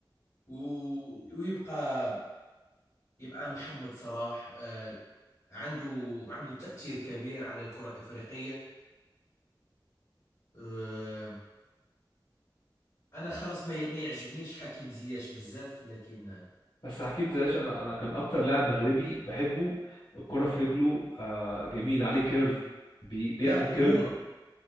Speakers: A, on the left; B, on the left.
A: و... ويبقى يبقى محمد صلاح آه عنده عنده تأثير كبير على الكرة الإفريقية آه أنا خلاص ما, ي... ما يعجبنيش حكيم زياش بزاف لكن آه،
B: بس حكيم زياش انا انا كان اكتر لاعب مغربي بحبه الكرة في رجله آه جميل عليه كيرف بي بيعمل
A: لا
B: كيرف
A: هو